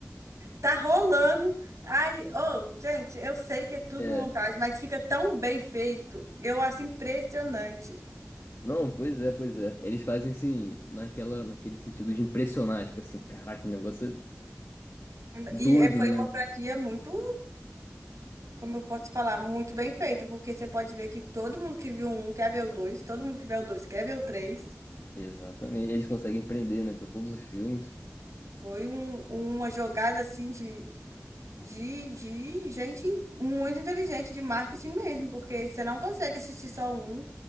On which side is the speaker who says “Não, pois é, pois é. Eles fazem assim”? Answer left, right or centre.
Left